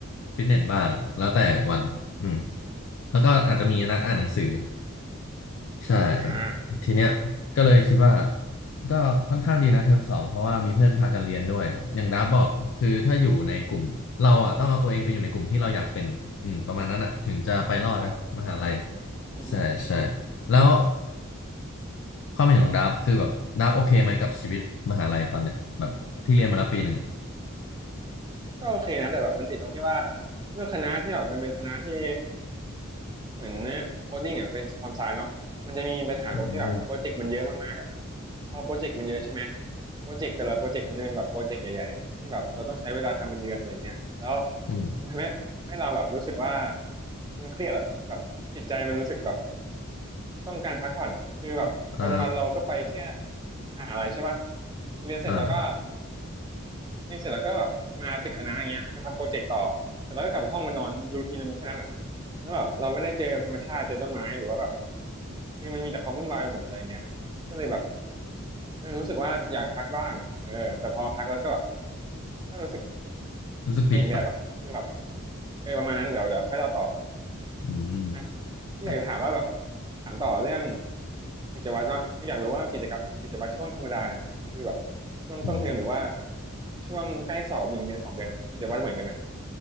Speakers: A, on the left (about 65°); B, on the right (about 20°).
A: ฟิตเนสบ้างแล้วแต่วันอืม
B: อืม
A: แล้วก็อาจจะมีนัดอ่านหนังสือ
B: อืม
A: ใช่
B: อ่า
A: ทีเนี้ยก็เลยคิดว่าก็ค่อนข้างดีนะเทอมสองเพราะว่ามีเพื่อนพากันเรียนด้วยอย่างดาบบอกคือถ้าอยู่ในกลุ่มเราอ่ะต้องเอาตัวเองไปอยู่ในกลุ่มที่เราอยากเป็นอืมประมาณนั้นอ่ะถึงจะไปรอดนะมหาลัย
B: ใช่ใช่อืมอืม
A: ใช่ใช่แล้ว ความเห็นของดับคือแบบดับโอเคไหมกับชีวิตมหาลัยตอนเนี้ยแบบที่เรียนมาแล้วปีหนึ่งอะ
B: ก็โอเคนะแต่แบบมันติดตรงที่ว่าด้วยคณะที่แบบมันเป็นคณะที่ เหมือนโคดดิ้งอ่ะเป็นคอมไซเนาะมันจะมีปัญหาตรงที่แบบโปรเจกต์มันเยอะมากๆอ่ะ
A: โอ้
B: เพราะโปรเจกต์มันเยอะใช่ไหมโปรเจกต์แต่ละโปรเจกต์มันจะเป็นแบบโปรเจกต์ใหญ่ๆอ่ะที่แบบเราต้องใช้เวลาทำเป็นเดือนอะไรเงี้ยแล้ว
A: อืม
B: มันทำให้ทำให้เราแบบรู้สึกว่ามันเครียดอ่ะแบบจิตใจมันรู้สึกแบบต้องการพักผ่อนคือแบบวันๆเราก็ไปแค่
A: อ่า
B: มหาอะไรใช่ปะเรียนเสร็จแล้วก็
A: อ่า
B: เียเสร็จแล้วก็แบบมาตึกคณะอย่างเงี้ยมาทำโปรเจกต์ต่อเสร็จแล้วก็กลับห้องมานอนมันรูทีนมันมีแค่นั้นอ่ะแล้วแบบเราไม่ได้เจอธรรมชาติเจอต้นไม้หรือว่าแบบคือมันมีแต่ความวุ่นวายไปหมดอะไรเงี้ยก็เลยแบบเออรู้สึกว่าอยากพักบ้างเออแต่พอมาพักแล้วก็แบบก็รู้สึก
A: รู้สึกผิดป่ะ
B: ไปอีกแบบอ่ะคือแบบเออประมาณนั้นเดี๋ยวเดี๋ยวค่อยเล่าต่อ
A: อืม
B: อ่ะพี่อยากจะถามว่าแบบ
A: ครับ
B: ถามต่อเรื่องกิจวัตรเนาะคืออยากรู้ว่ากิจกรรมกิจวัตรช่วงธรรมดาเนี่ยคือแบบช่วงต้นเทอมหรือว่า
A: อืม
B: ช่วงใกล้สอบหนึ่งเดือนสองเดือนเนี่ยกิจวัตรเหมือนกันไหม